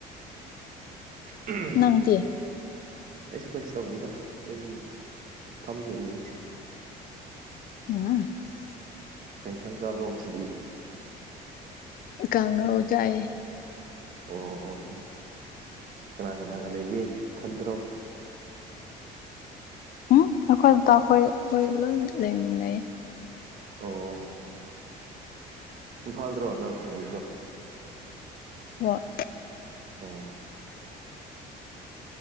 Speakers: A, on the right; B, on the left.
A: ꯎꯝ
B: ꯅꯪꯗꯤ
A: ꯑꯩꯁꯨ ꯀꯩꯁꯨ ꯇꯧꯗꯦꯗ ꯁꯨꯝ ꯐꯝ ꯂꯩꯛꯏꯅꯤ ꯁꯨꯝ
B: ꯑ
A: ꯀꯩ ꯁꯪ ꯆꯥꯕ꯭ꯔꯣ ꯉꯁꯤꯗꯤ
B: ꯀꯪꯉ ꯎ ꯆꯥꯏ
A: ꯑꯣ ꯑꯣ ꯀꯅꯥ ꯀꯅꯥꯒ ꯂꯩꯒꯦ ꯈꯟꯗ꯭ꯔꯣ
B: ꯎꯝ ꯑꯩꯈꯣꯏ ꯇ ꯑꯩꯈꯣꯏ ꯑꯩꯈꯣꯏ ꯂꯣꯏ ꯂꯩꯃꯤꯟꯅꯩ
A: ꯑꯣ ꯏꯝꯐꯥꯜꯗ꯭ꯔꯣ ꯅꯪ ꯂꯩꯗꯣ
B: ꯋꯥ
A: ꯑꯣ